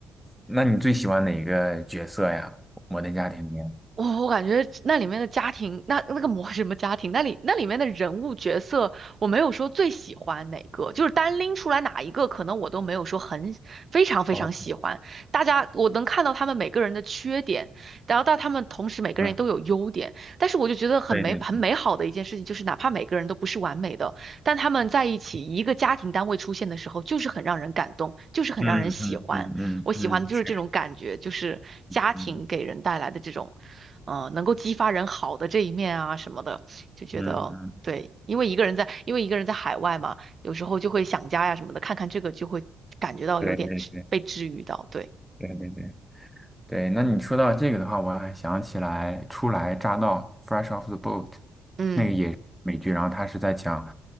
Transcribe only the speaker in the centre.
那你最喜欢哪一个角色呀？《摩登家庭》里面？
哦，
嗯，
对对。
嗯嗯嗯嗯嗯，
确实，
嗯
嗯嗯，
对对对
对对对对。那你说到这个的话，我还想起来初来乍到 （Fresh off the boat）
那个也是美剧，然后他是在讲，